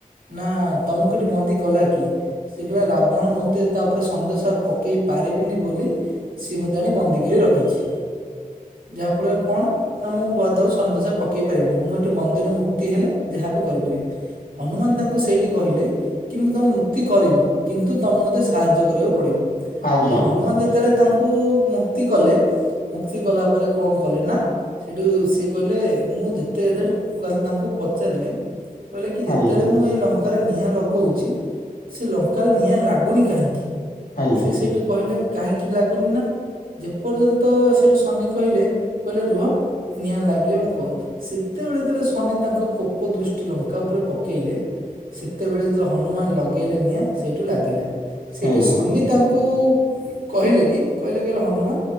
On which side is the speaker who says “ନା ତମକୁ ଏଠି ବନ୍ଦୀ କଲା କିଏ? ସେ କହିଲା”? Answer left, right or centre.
Right